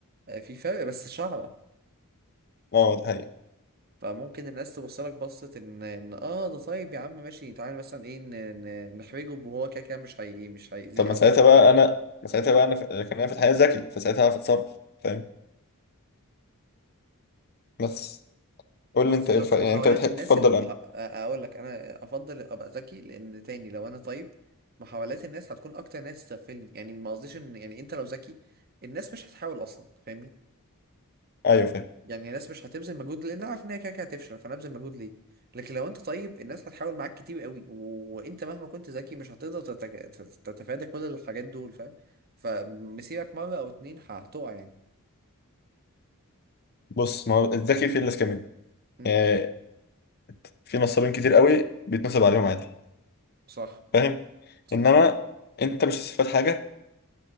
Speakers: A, on the right; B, on the left.
A: آه، في فرق بس شعره
B: اه ده حقيقي
A: فممكن الناس تبص لك بصه ان ان اه ده طيب يا عم ماشي تعالى مثلا ايه ن- ن- نحرجه وهو كده كده مش هي مش هيأذيه
B: طب ما
A: او
B: ساعتها
A: مش هيضايقنا
B: بقى انا ما ساعتها بقى انا في... لكن انا في الحقيقه ذكي فساعتها هعرف اتصرف فاهم بس قول
A: بس
B: لي انت
A: بس
B: ايه الف... يعني
A: محاولات
B: انت بتحب
A: الناس
B: تفضل
A: اللي مح...
B: انا
A: اقول لك انا افضل ابقى ذكي لان تاني لو انا طيب محاولات الناس هتكون اكتر ناس تغفلني يعني ما قصديش ان يعني انت لو ذكي الناس مش هتحاول اصلا فاهمني
B: ايوه فاهم
A: يعني الناس مش هتبذل مجهود لان عارف ان هي كده كده هتفشل فنبذل مجهود ليه لكن لو انت طيب الناس هتحاول معاك كتير قوي و- وانت مهما كنت ذكي مش هتقدر تتج... تت- تتفادى كل الحاجات دول فاهم فمسيرك مره او اتنين هتقع يعني
B: بص ما هو الذكي في الناس كمان
A: امم
B: يعني في نصابين كتير قوي بيتنصب عليهم عادي
A: صح
B: فاهم
A: صح
B: انما انت مش هتستفاد حاجه